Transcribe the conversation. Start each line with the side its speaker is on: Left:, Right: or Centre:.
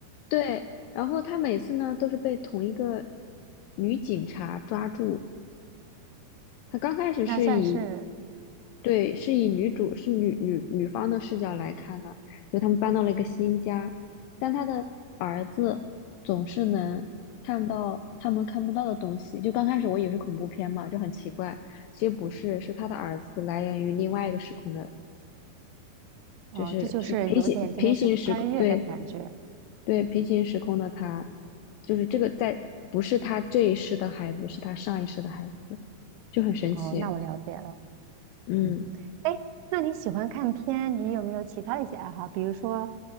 Left: 对，然后他每次呢都是被同一个女警察抓住。他刚开始是以
Right: 那算是
Left: 对是以女主是女女女方的视角来看的，就他们搬到了一个新家，但他的儿子总是能看到他们看不到的东西。就刚开始我以为是恐怖片嘛，就很奇怪，其实不是，是他的儿子来源于另外一个时空的，
Right: 哦、
Left: 就是是平行平行时空，
Right: 呃这就是有点真的是穿越的感觉
Left: 对对，平行时空的他，就是这个在，不是他这一世的孩子，是他上一世的孩子，就很神奇。
Right: 哦。那我了解了。
Left: 嗯，
Right: 嗯，哎，那你喜欢看片？你有没有其他的一些爱好？比如说